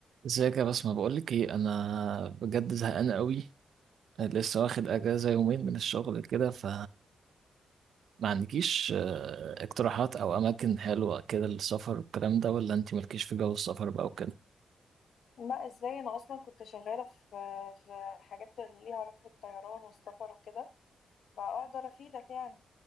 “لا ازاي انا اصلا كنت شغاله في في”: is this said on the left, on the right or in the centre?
Left